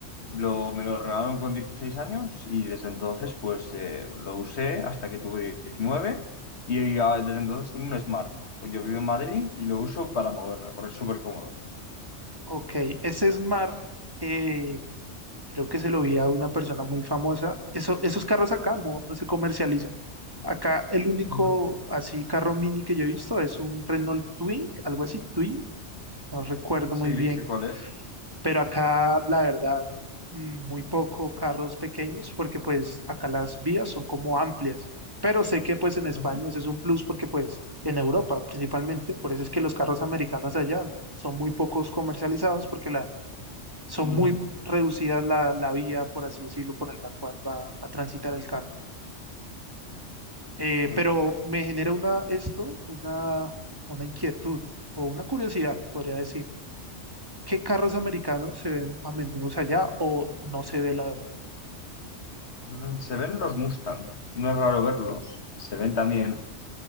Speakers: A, on the left (about 65°); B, on the right (about 20°).
A: lo, me lo regalaron con 16 años y desde entonces pues eh, lo usé hasta que tuve 19 y ah, desde entonces tengo un Smart. Pues yo vivo en Madrid y lo uso para moverme, porque es súper cómodo.
B: Ok, ese Smart, eh, creo que se lo vi a una persona muy famosa. Eso, esos carros acá no, no se comercializan. Acá el único
A: Ujú.
B: así carro mini que yo he visto es un Renault Twin, algo así, Twin, no recuerdo
A: Sí,
B: muy bien.
A: sé cuál es.
B: pero acá la verdad mm, muy poco carros pequeños porque pues acá las vías son como amplias, pero sé que pues en España
A: Ujú.
B: eso es un plus porque pues en Europa principalmente, por eso es que los carros americanos allá son muy pocos comercializados porque la, son
A: Ujú.
B: muy reducidas la, la vía, por así decirlo, por la cual va a transitar el carro. Eh,
A: Sí.
B: pero me genera una, esto, una, una inquietud o una curiosidad, podría decir. ¿Qué carros americanos se ven a menudo allá o no se ve, la verdad?
A: Mm, Se ven los Mustang, no es raro verlos. Se ven también